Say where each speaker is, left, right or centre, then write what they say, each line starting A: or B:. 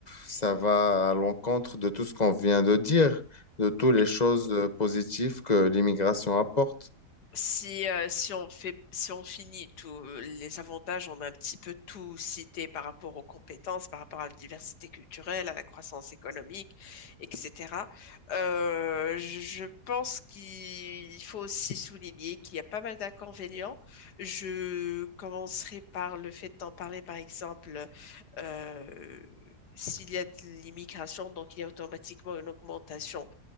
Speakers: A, on the left; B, on the left.
A: ça va à l'encontre de tout ce qu'on vient de dire, de toutes
B: oui.
A: les choses euh, positives que l'immigration apporte.
B: Si, euh, si on fait, si on finit tous les avantages, on a un petit peu tout cité par rapport aux compétences, par rapport à la diversité culturelle, à la croissance économique, etc. Euh, je pense qu'il faut aussi souligner qu'il y a pas mal d'inconvénients. Je commencerai par le fait d'en parler, par exemple, euh, s'il y a de l'immigration, donc il y a automatiquement une augmentation